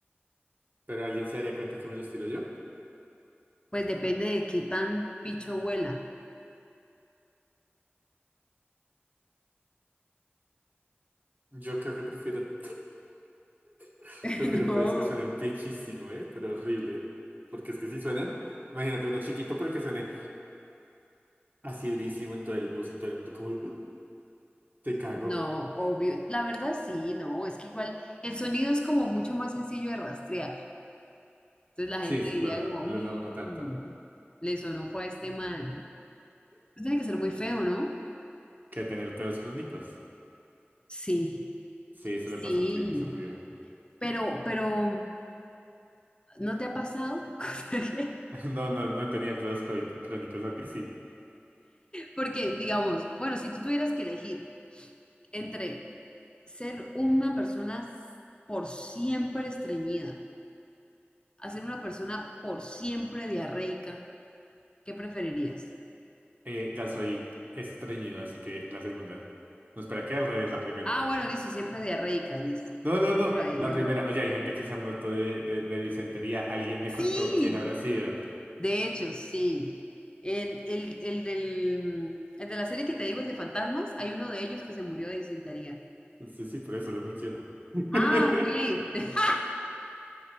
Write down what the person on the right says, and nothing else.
¿Pero alguien se daría cuenta que me los tiro yo?
Yo creo que prefiero, <laughs>
prefiero
pedos que suenen pichísimo, ¿eh? Pero horrible. Porque es que si suenan, imagínate uno chiquito, pero que suene. así durísimo en todo el bus y todo el mundo como, te cago.
Sí, eso
es verdad.
El
olor no tanto.
Que tener pedos crónicos.
Sí, eso
le pasó a un primo y se murió.
<laughs> No, no, no he tenido pedos cró- crónicos a ti, sí.
Eh, ya soy estreñido, así que la segunda. No, espera, que al revés, la primera.
No, no,
no,
la
primera.
Oye, hay gente que se ha muerto de, de, de disentería. Alguien me
contó quién habrá sido.
Sí, sí, por eso lo menciono. <laughs>